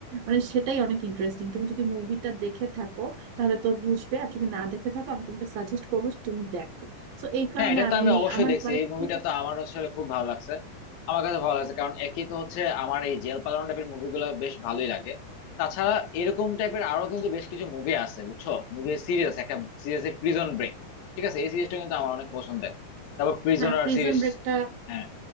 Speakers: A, on the right; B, on the left.
A: মানে সেটাই অনেক ইন্টারেস্টিং তুমি যদি মুভিটা দেখে থাকো তাহলে তো বুঝবে আর যদি না দেখে থাকো আমি তোমাকে সাজেস্ট করবো যে তুমি দেখো তো এই কারণে
B: হ্যাঁ এটা তো
A: আমি
B: আমি অবশ্যই
A: আমার
B: দেখছি
A: মানে
B: এই মুভিটা
A: তুমি
B: তো আমার আসলে খুব ভালো লাগছে আমার কাছে ভালো লাগছে কারণ একই তো হচ্ছে আমার এই জেল পালানো টাইপের মুভিগুলো বেশ ভালোই লাগে তাছাড়া এরকম টাইপের আরো কিন্তু বেশ কিছু মুভি আছে বুঝছো মুভি সিরিজ আছে একটা সিরিজ প্রিজন ব্রেক ঠিক আছে এই সিরিজটা কিন্তু আমার অনেক পছন্দের তারপর প্রিজনার
A: হ্যাঁ প্রিজন
B: সিরিজ
A: ব্রেকটা
B: হ্যাঁ